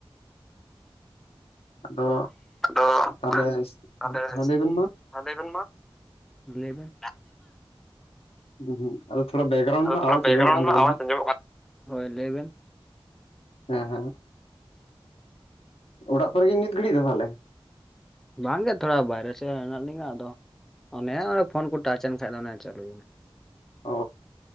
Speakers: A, on the left; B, in the centre.
A: ᱟᱫᱚ
B: ᱟᱫᱚ
A: ᱛᱟᱦᱚᱞᱮ
B: ᱛᱟᱦᱞᱮ,
A: ᱦᱮᱸ ᱞᱟᱹᱭ ᱵᱮᱱ ᱢᱟ
B: ᱦᱟᱸ ᱞᱟᱹᱭ ᱵᱮᱱ ᱢᱟ ᱞᱟᱹᱭ ᱵᱤᱱ,
A: ᱦᱩᱸ ᱟᱫᱚ ᱛᱷᱚᱲᱟ ᱵᱮᱠᱜᱨᱟᱣᱩᱱᱰ
B: ᱟᱫᱚ
A: ᱨᱮᱱᱟᱜ
B: ᱛᱷᱚᱲᱟ
A: ᱟᱣᱟᱡ
B: ᱵᱮᱜᱨᱟᱭᱩᱱᱰ
A: ᱟᱸᱡᱚᱢᱚᱜ ᱠᱟᱱ ᱛᱟᱵᱮᱱᱟ
B: ᱟᱣᱟᱡ
A: ᱦᱟᱸᱜ
B: ᱟᱸᱡᱚᱢᱚᱜ ᱠᱟᱱᱟ ᱦᱳᱭ ᱞᱟᱹᱭ ᱵᱮᱱ, <inaudible>
A: ᱦᱮᱸ ᱦᱮᱸ ᱚᱲᱟᱜ ᱠᱚᱨᱮ ᱜᱤ ᱱᱤᱫ ᱜᱷᱟᱹᱲᱤᱜ ᱫᱚ ᱛᱟᱦᱞᱮ,
B: ᱵᱟᱝᱜᱮ ᱛᱷᱚᱲᱟ ᱵᱟᱭᱨᱮ ᱥᱮᱫ ᱦᱮᱱᱟᱜ ᱞᱤᱧᱟᱹ ᱟᱫᱚ, ᱚᱱᱮ ᱚᱱᱟ ᱯᱷᱳᱱ ᱠᱚ ᱴᱟᱪ ᱮᱱ ᱠᱷᱟᱱ ᱫᱚ ᱚᱱᱮ ᱪᱟᱹᱞᱩᱭ ᱮᱱᱟ᱾
A: ᱚ